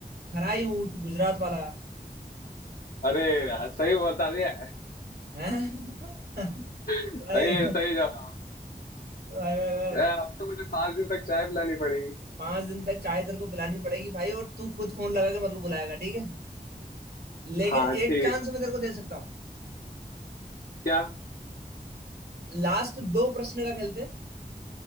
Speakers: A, on the right; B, on the left.
A: खराई ऊंट गुजरात वाला
B: अरे यार सही बता दिया
A: हैं? <laughs>
B: सही
A: भाई
B: है सही जवाब
A: भाई भाई भाई
B: यार, अब तो मुझे पाँच दिन तक चाय पिलानी पड़ेगी
A: पांच दिन तक चाय तेरे को पिलानी पड़ेगी भाई और तू खुद फोन लगा के मेरे को बुलाएगा ठीक है लेकिन
B: हाँ
A: एक
B: ठीक
A: चांस
B: है
A: मैं तेरे को दे सकता हूँ
B: क्या
A: लास्ट दो प्रश्न का खेलते हैं।